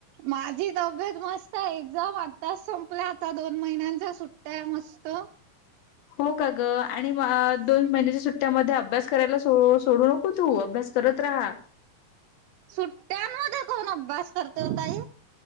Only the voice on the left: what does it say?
हो का ग आणि दोन महिन्याच्या सुट्ट्यामध्ये अभ्यास करायला सोडू नक नको तू अभ्यास करत राहा